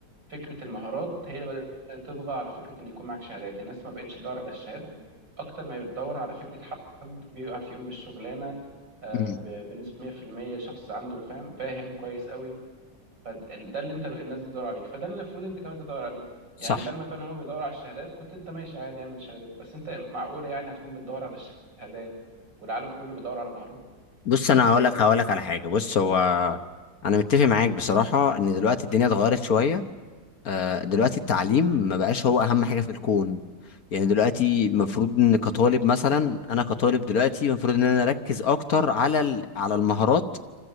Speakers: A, on the right (about 90°); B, on the left (about 55°).
A: فكرة المهارات هي اللي بدأت تطغى على فكرة إن يكون معاك شهادات الناس ما بقتش تدور على الشهادة أكتر ما هي بتدور على فكرة حد بيعرف يقوم بالشغلانة آه،
B: امم
A: ب- بنسبة 100% شخص عنده فاهم فاهم كويس قوي فده اللي أنت الناس بتدور عليه فده اللي المفروض أنت كمان تدور عليه يعني
B: صح
A: لما كانوا هما بيدوروا على الشهادات كنت أنت ماشي عادي اعمل شهادات بس أنت معقولة يعني هتكون بتدور على الشهادات والعالم كله بيدور على مهارات
B: بص
A: مش منطقية
B: انا هقول لك هقول لك على حاجه بص هو انا متفق معاك بصراحه ان دلوقتي الدنيا اتغيرت شويه آه، دلوقتي التعليم ما بقاش هو اهم حاجه في الكون يعني دلوقتي المفروض ان كطالب مثلا انا كطالب دلوقتي المفروض ان انا اركز اكتر على ال- على المهارات